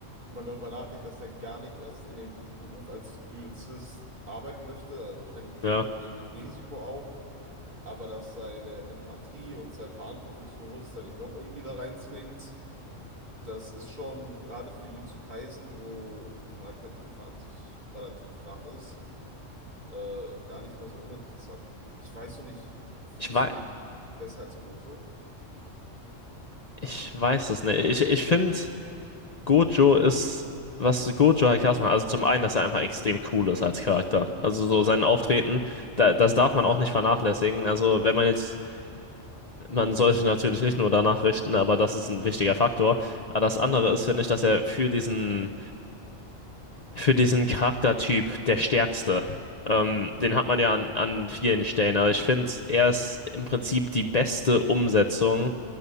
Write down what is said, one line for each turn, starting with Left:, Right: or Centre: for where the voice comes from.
Right: wenn man darüber nachdenkt, dass er gar nicht erst in dem Beruf als Biozist arbeiten möchte, wahrscheinlich ein
Left: Ja,
Right: Stück weit wegen dem Risiko auch, aber dass seine Empathie und sein Verantwortungsbewusstsein ihn doch irgendwie da reinzwingt. Das ist schon gerade für Jujutsu Kaisen, wo die Charaktertiefe an sich relativ flach ist, äh, gar nicht mal so uninteressant. Ich weiß nur nicht, findest
Left: ich weiß,
Right: du den besser als Gojo?
Left: ich weiß es nicht. Ich, ich finde, Gojo ist, was Gojo halt krass macht, also zum einen, dass er einfach extrem cool ist als Charakter. Also
Right: Ja,
Left: so sein Auftreten,
Right: klar.
Left: da, das darf man auch nicht vernachlässigen. Also wenn man jetzt Man sollte natürlich nicht nur danach richten, aber das ist ein wichtiger Faktor. Aber das andere ist, finde ich, dass er für diesen, für diesen Charaktertyp der Stärkste, ähm, den hat man ja an, an vielen Stellen. Also ich finde, er ist im Prinzip die beste Umsetzung